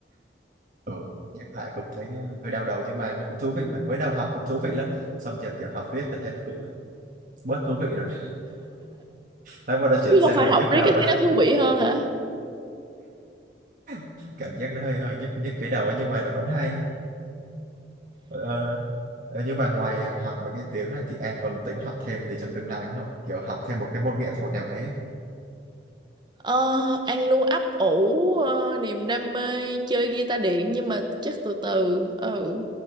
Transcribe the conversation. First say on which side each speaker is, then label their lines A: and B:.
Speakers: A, on the right; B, on the right.
A: ừ nhắc lại cũng thấy ờ, hơi đau đầu nhưng mà nó cũng thú vị mà mới đầu học cũng thú vị lắm xong giờ kiểu học riết thì thấy nó cũng bớt thú vị rồi Tới bắt đầu chuyển
B: chứ
A: sang
B: không phải
A: là
B: học
A: nhức
B: riết
A: đầu
B: cái thấy nó thú vị hơn hả
A: <laughs> cảm giác nó hơi hơi nhức nhức cái đầu ấy nhưng mà nó vẫn hay Ờ, ờ, nhưng mà ngoài học mấy cái tiếng này thì em còn tính học thêm gì trong tương lai nữa không? Kiểu học thêm một cái môn nghệ thuật nào đấy ấy.
B: ờ, An luôn ấp ủ ờ, niềm đam mê chơi guitar điện nhưng mà chắc từ từ ừ